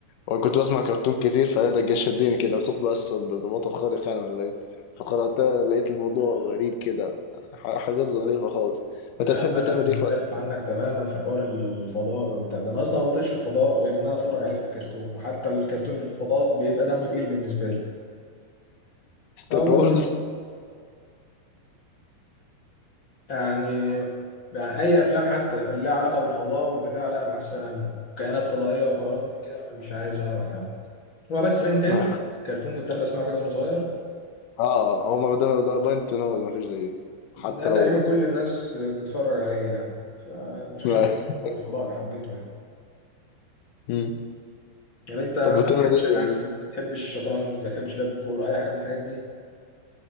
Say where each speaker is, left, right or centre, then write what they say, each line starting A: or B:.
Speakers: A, on the left (about 80°); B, on the left (about 40°).
A: هو كنت بسمع كرتون كتير فده جه شدني كده ثقب اسود ده ده بطل خارق يعني ولا ايه فقرأتها لقيت الموضوع غريب كده ح- حاجات ظريفه خالص انت
B: يا
A: تحب
B: عم انا
A: تعمل
B: مختلف
A: ايه في وقت
B: عنك تماما في حوار الفضاء بتاع ده انا اصلا ما بطيقش الفضاء غير ان انا اتفرج عليه في الكرتون وحتى الكرتون اللي فيه فضاء بيبقى دمه تقيل بالنسبه لي
A: ستار
B: اه والله
A: وورز
B: بجد يعني يعني اي افلام حتى اللي لها علاقه بالفضاء والبتاع لا مع السلامه كائنات فضائيه وحوارات من كده أنا مش عايز اعرف يا عم هو بس بنتين
A: <laughs>
B: كرتون كنت انا بسمعه كده وانا صغير
A: اه هو ما ده ده باينت ان هو اللي مفيش زيه حتى
B: ده تقريبا
A: لو
B: كل الناس بتتفرج عليه يعني فمش
A: <laughs>
B: عشان له علاقه بالفضاء انا حبيته يعني
A: مم.
B: يعني انت مثلا
A: طب بتعمل
B: ما بتحبش
A: ايه
B: الرسم
A: يعني؟
B: ما بتحبش الشطرنج ما بتحبش لعب الكوره اي حاجه من الحاجات دي